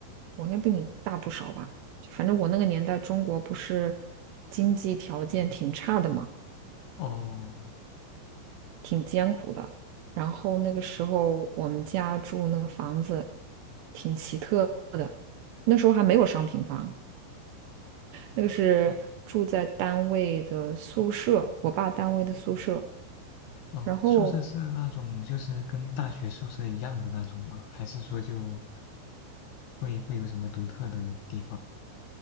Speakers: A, on the right; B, on the left.
A: 我应该比你大不少吧。反正我那个年代，中国不是经济条件挺差的嘛。
B: 哦，
A: 挺艰苦的。然后那个时候我们家住那个房子挺奇特的，那时候还没有商品房，那个是住在单位的宿舍，
B: 哦，
A: 我爸单位的宿舍，
B: 哦，
A: 然后
B: 宿舍是那种就是跟大学宿舍一样的那种吗？还是说就会会有什么独特的地方？